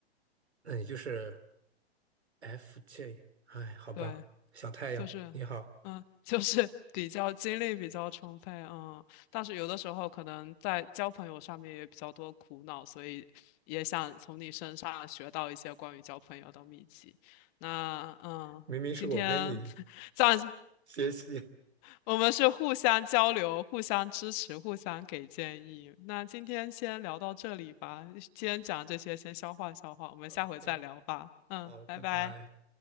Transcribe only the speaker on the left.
对，
就是，
嗯，<laughs> 就是比较精力比较充沛，嗯，但是有的时候可能在交朋友上面也比较多苦恼，所以也想从你身上学到一些关于交朋友的秘籍。那嗯，
今天 <laughs> 这样
我们是互相交流、互相支持、互相给建议。那今天先聊到这里吧，今天讲这些先消化消化，
我们下回再聊吧。
嗯，
拜拜。